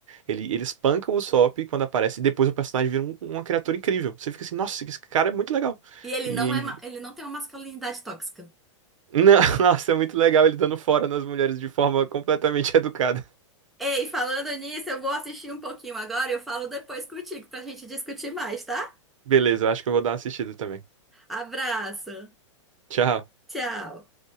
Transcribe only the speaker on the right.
Ele, ele espanca o Usopp quando aparece, e depois o personagem vira um- uma criatura incrível. Você fica assim, nossa, esse cara é muito legal.
E,
não, <laughs> nossa, é muito legal ele dando fora nas mulheres de forma completamente <laughs> educada.
Beleza, eu acho que eu vou dar uma assistida também.
Tchau.